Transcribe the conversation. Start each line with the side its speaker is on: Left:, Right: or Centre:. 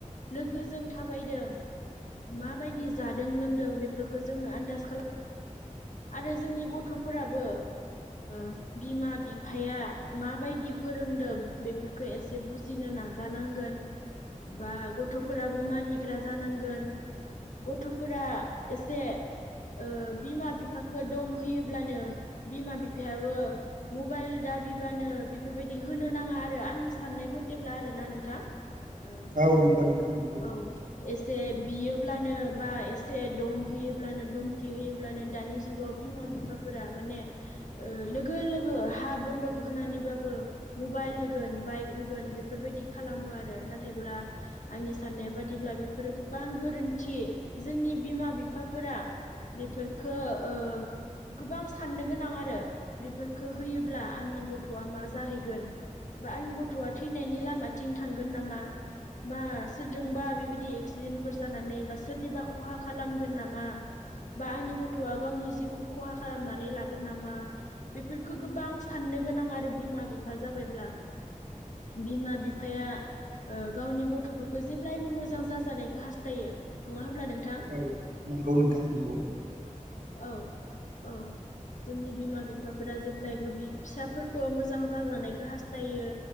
Left: लोगोजों थाबायदों माबायदि जादों लोंदों बेफोरखौ जोङो आन्दाज खाला आरो जोंनि गथ'फोराबो ओ बिमा बिफाया माबायदि फोरोंदों बेफोरखौ एसे बुजिनो ना जानांगोन बा गथ'फोराबो मानिग्रा जानांगोन गथ' फोरा एसे ओ बिमा बि फाखो दम होयोब्लानो बिमा बिफायाबो मबाइल दाबिबानो बेफोरबायद दि होनो नाङा आरो आंनि साननाय मथेब्ला आरो ना नोंथां। ओ
Right: औ नंगौ नोंथां नंगौ
Left: औ एस से बियोब्लानो बा एसे दम होयोब्लानो दुमकि होयोब्लानो दानि जुगाव बिमा बिफाफोरा माने ओ लोगो लोगो हा बन्दक होनानैबाबो मबाइल होगोन बाइक होगोन बेफोरबायदि खालामो आरो नाथायब्ला आंनि साननाय बादिब ब्ला बेफोरो गोबां गोरोन्थि जोंनि बिमा बिफाफोरा बेफोरखो
Right: <inaudible>
Left: ओ गोबां साननो गोनां आरो बेफोरखो होयोब्ला आंनि गथ'आ मा जाहैगोन। बा आंनि गथ'आ थैनायनि लामाथिं थांगोन नामा? बा सोरजोंबा बेबायदि एक्सिडेन्टफोर जानानै बा सोरनिबा खहा खालामगोन नामा? बा आंनि गथ'आ गावनि जिउखौ खहा खालामनानै लागोन नामा बेफोरखो गोबां साननो गोनां आरो बिमा बि फा जाबायब्ला बिमा बिफाया ओ गावनि गथ'फोरखौ जेब्लायबो मोजां जाजानायखौ हास्थायो नङा होमब्ला नोंथां
Right: औ नंगौ नोंथां नंगौ।
Left: औ औ जोंनि बिमा बिफाफोरा जेब्लायबो बि फिसाफोरखौ मोजां जाजानायखौ हास्थायो